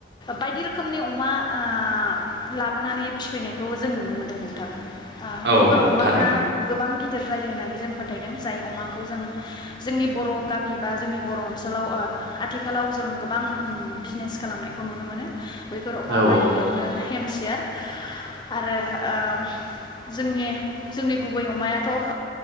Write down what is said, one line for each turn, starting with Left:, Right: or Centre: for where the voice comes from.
Left: बायदि रोखोमनि अमा ओ लाबोनानै फिफैनायखौ जों नुनो मोनदों नोंथां। ओ
Right: औ
Left: बैफोर
Right: औ
Left: अमाफ्रा
Right: थारैनो
Left: गोबां गिदिर जायो होननानै जों फोथायदों जाय अमाखौ जों जोंनि बर' गामि बा जोंनि बर' ओनसोलाव ओ आथिखालाव जों गोबां उम बिजनेस खालामनायखौ नुनो मोनो। बैफोर अमाफ्रा
Right: औ
Left: गिबियावनो हेमस सियार आरो ओ जोंनि जोंनि गुबै अमायाथ' ओह